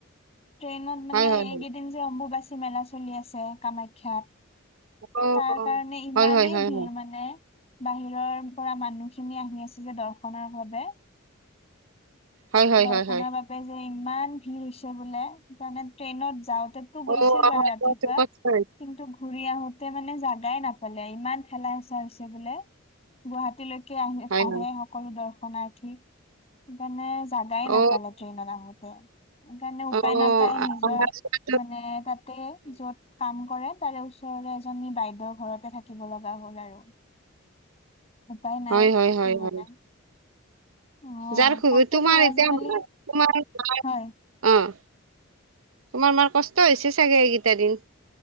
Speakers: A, on the left; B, on the right.
A: ট্ৰেইনত মানে
B: হয় হয়
A: এইকেইদিন
B: হয়
A: যে অম্বুবাচী মেলা চলি আছে কামাখ্যাত
B: অ
A: তাৰ কাৰণে ইমানেই
B: হয় হয় হয়
A: ভিৰ
B: হয়
A: মানে বাহিৰৰ পৰা মানুহখিনি আহি আছে যে দৰ্শনৰ বাবে
B: হয় হয়
A: দৰ্শনৰ
B: হয় হয়
A: বাবে যে ইমান ভিৰ হৈছে বোলে তানে ট্ৰেইনত যাও তো গৈছিল
B: অ অ
A: বাৰু
B: হয়
A: ৰাতিপুৱা
B: কচোন কচোন
A: কিন্তু ঘূৰি আহো তে মানে জাগাই নাপালে ইমান খেলা হেচা হৈছে বোলে গুৱাহাটীলৈে আহ
B: হয়
A: আহে
B: হয়
A: সকলো দৰ্শনাৰ্থী সেইকাৰণে জাগাাই ন
B: অ
A: পলে ্ৰেইনতাঙোতে সেইকাৰণে উপায়
B: অ
A: নাপায় নিজৰ
B: অহা যোৱাটোত
A: মানে তাতে য'ত কাম কৰে তাৰে ওচৰৰে এজনী বাইদেউৰ ঘৰতে থাকিব লগা হ'ল আৰু উপাই নাই
B: হয় হয় হয়
A: নহ'লে
B: হয়
A: অ
B: যাৰ খুব
A: তাকেতো
B: তোমাৰ
A: আজিকালি
B: এতিয়ামাৰ অ
A: হয়
B: তোমাৰ মাৰ কষ্ট হৈছে চাগে এইকেইটা দিন